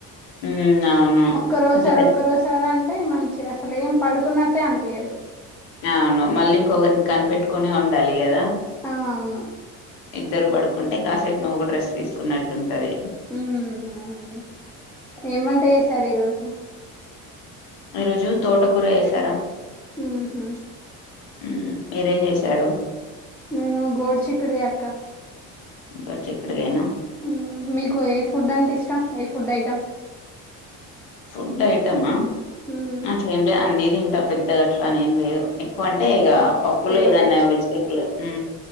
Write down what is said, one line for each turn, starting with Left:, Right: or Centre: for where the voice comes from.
Left: ఉమ్ అవును
Centre: ఒక్కరో
Left: కొంచెం
Centre: సారి
Left: అయితే-
Centre: ఒక్కరో సార్ అన్ టే మంచిగా అసలు ఏం పడుకున్నట్టే అనిపియదు.
Left: అవును మళ్ళీ ఇంకొకరిని కనిపెట్టుకునే ఉండాలి గదా.
Centre: ఆ అవును
Left: ఇద్దరు పడుకుంటే కాసేపు నువ్వుగూడ రెస్ట్ తీసుకున్నట్టు ఉంటది.
Centre: ఉ అవునండి ఏం వంట చేసారు ఈ రోజు
Left: ఈరోజు తోటకూర వేశారా
Centre: ఉహు
Left: ఉ మీరేం చేసారు
Centre: నేను గోడ్ చిక్కిడిగాయ్ అక్క
Left: బా చిక్కిడిగాయేనా
Centre: ఉ మీకు ఏ ఫుడ్ అంటే ఇష్టం ఏ ఫుడ్ ఐటమ్
Left: ఫుడ్ ఐటమా
Centre: హ్మ్
Left: అట్లేమ్లే అన్ని తిన్ టా పెద్దగా అట్లా అని ఏం లేదు ఎక్కువ అంటే ఇక పప్పులు
Centre: ఫేవరెట్
Left: ఏదన్నా వెజిటేబులు ఉ